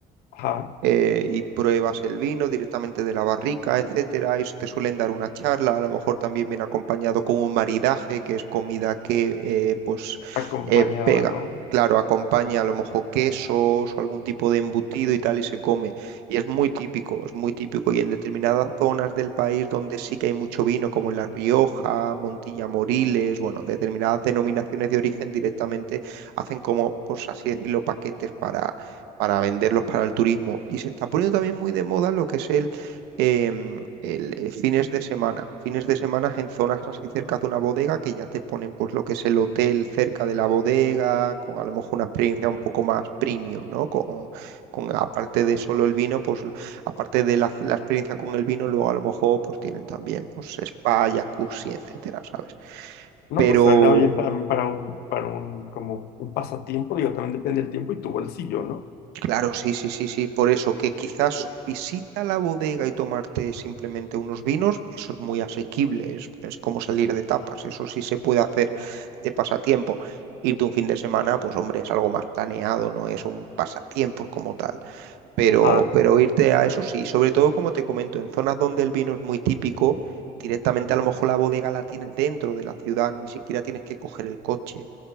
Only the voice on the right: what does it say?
eh, y pruebas el vino directamente de la barrica, etcétera. Y te suelen dar una charla, a lo mejor también viene acompañado con un maridaje, que es comida que eh, pues
eh, pega.
Claro, acompaña a lo mejor quesos o algún tipo de embutido y tal y se come. Y es muy típico, es muy típico. Y en determinadas zonas del país donde sí que hay mucho vino, como en La Rioja, Montilla Moriles, bueno, determinadas denominaciones de origen directamente hacen como, pues así decirlo, paquetes para, para venderlos para el turismo. Y se está poniendo también muy de moda lo que es el, em, el, eh, fines de semana. Fines de semana en zonas así cerca de una bodega que ya te ponen pues lo que es el hotel cerca de la bodega, con a lo mejor una experiencia un poco más premium, ¿no? Con, con aparte de solo el vino, pues aparte de la, la experiencia con el vino, luego a lo mejor pues tienen también pues spa, jacuzzi, etcétera, ¿sabes?
Pero
Claro, sí, sí, sí, sí, por eso que quizás visita la bodega y tomarte simplemente unos vinos, eso es muy asequible, es, es como salir de tapas, eso sí se puede hacer de pasatiempo. Irte un fin de semana, pues hombre, es algo más planeado, no es un pasatiempo como tal, pero,
pero irte a eso sí, sobre todo como te comento, en zonas donde el vino es muy típico, directamente a lo mejor la bodega la tienes dentro de la ciudad, ni siquiera tienes que coger el coche,